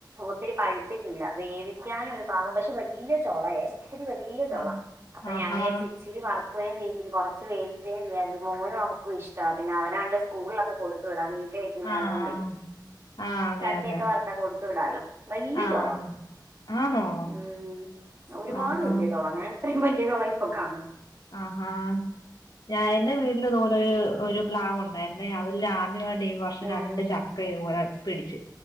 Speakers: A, on the right; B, on the left.
A: ഒത്തിരി പഴുത്തിട്ടില്ല വേവിക്കാനൊരു പാകം പക്ഷെ വല്യ ചോളയെ ഒത്തിരി വല്യ ചോള
B: ആഹ്
A: അപ്പൊ
B: ആഹാ
A: ഞാൻ വിജാരിച്ച് ഇച്ചിരി വർക്കുകയും ചെയ്യ കൊറച്ച് വേവിക്കുകയും ചെയ്യാണ്ട് മോനും അവൾക്കും ഇഷ്ടമാണ് പിന്നെ അവനാണേല് സ്കൂളിലൊക്കെ കൊടുത് വിടാം വീട്ടിൽ വെക്കുന്ന
B: ആഹ്
A: ആയ്നോണ്ടേ.
B: ആഹ് ആഹ് അതെ
A: ചക്കയൊക്കെ
B: അതെ
A: വർത്താ കൊടുത്തു വിടാലോ വല്യചൊള.
B: ആഹ് അതെ ആന്നോ
A: ഉം ഒരുപാട്
B: ആഹാ
A: വല്യ ചൊള ഞാൻ ഇത്രയും വലിയ ചൊള ഇപ്പ കാണാണ്
B: ആഹ് ഹാ ഞാൻ എന്റെ വീട്ടില് ഇത്‌പോലെര് ഒരു പ്ലാവു ണ്ടായിര്ന്നെ അവെരില് ആദ്യമായിട്ട് ഈ വർഷം
A: ഉം,
B: രണ്ട് ചക്ക ഇതുപോലെ പിടിച്ച്.